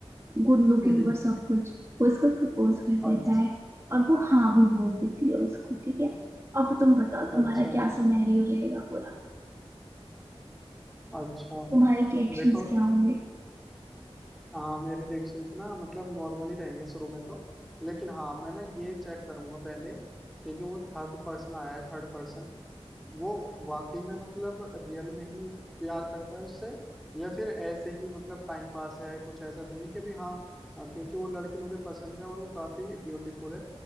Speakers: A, on the right; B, in the centre.
A: गुड
B: <laughs>
A: लुकिंग और सब कुछ वो इसको प्रपोज कर देता
B: अच्छा
A: है और वो हाँ भी बोल देती है उसको ठीक है अब तुम बताओ तुम्हारा
B: अच्छा
A: क्या सिनेरियो रहेगा पूरा
B: अच्छा
A: तुम्हारे रिएक्शंस
B: देखो
A: क्या होंगे
B: हाँ मेरे रिएक्शन ना मतलब नॉर्मल ही रहेंगे शुरू में तो लेकिन हाँ मैं ना ये चेक करूंगा पहले कि जो वो थर्ड पर्सन आया है थर्ड पर्सन वो वाकई में मतलब रियल में ही प्यार करता है उससे या फिर ऐसे ही मतलब टाइम पास है कुछ ऐसा तो नहीं कि भी हाँ हाँ, क्योंकि वो लड़की मुझे पसंद है और वो काफी ब्यूटीफुल है